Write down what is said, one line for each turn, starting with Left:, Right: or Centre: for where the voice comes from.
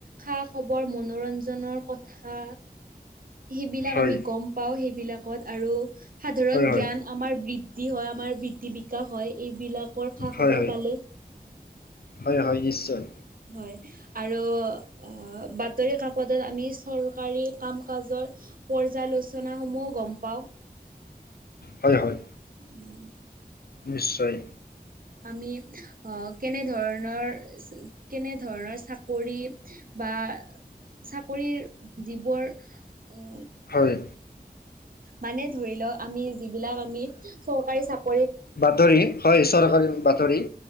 Right: খা-খবৰ মনোৰঞ্জনৰ কথা সেইবিলাক
Left: হয়,
Right: আমি গম পাওঁ, সেইবিলাক আৰু সাধাৰণ
Left: হয়, হয়,
Right: জ্ঞান আমাৰ বৃদ্ধি হয় আমাৰ বৃদ্ধি বিকাশ হয়, এইবিলাকৰ খা-খবৰ
Left: হয়, হয়,
Right: পালে।
Left: হয়, হয়, নিশ্চয়।
Right: হয়, আৰু অ', বাতৰি কাকতত আমি চৰকাৰী কাম কাজৰ পৰ্যালোচনা সমূহ গম পাওঁ।
Left: হয়, হয়।
Right: উম।
Left: নিশ্চয়।
Right: আমি অ', কেনে ধৰণৰ কেনে ধৰণৰ চাকৰি বা চাকৰিৰ যিবোৰ উ
Left: হয়।
Right: মানে ধৰি লওক আমি, যিবিলাক আমি চৰকাৰী চাকৰি
Left: বাতৰি হয়, চৰকাৰী বাতৰি